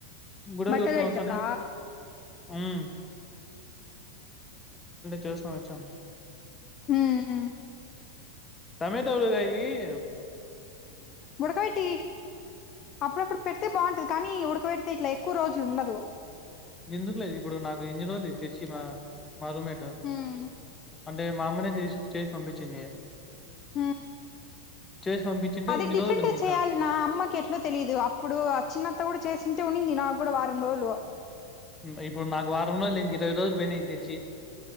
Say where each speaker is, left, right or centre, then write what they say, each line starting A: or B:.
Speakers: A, on the left (about 15°); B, on the left (about 30°).
A: గుడ్డలు
B: బట్టలు
A: కొట్టుకొని
B: వచ్చటప్పుడు
A: వచ్చానా ఉమ్ జ సున చం
B: హ్మ్
A: టమటో కాయ
B: ఉడకబెట్టి అప్పుడప్పుడు పెడితే బాగుంటది కానీ ఉడకబెడితే ఇట్లే కుక్కువ రోజులుండదు
A: ఎందుకు లేదు ఇప్పుడు నాకు ఇన్ని రోజులు తెచ్చి మా మార మేటా
B: హ్మ్
A: అంటే మా అమ్మనే తీసి చేసి పంపించింది
B: హ
A: చేసి పంపించింటే
B: అది
A: ఇన్ని
B: డిఫరెంట
A: రోజులు ఉంది ఇంకా
B: చేయ్యాలి నా అమ్మకి ఎట్ల తెలిదు అప్పుడు చిన్న చేసింటే ఉనింది నాకు కూడా వారం రోజులు
A: హ్మ్. ఇప్పుడు మాకు వారం రోజులు ఏ ఇరవై రోజులు పోయినాంది తెచ్చి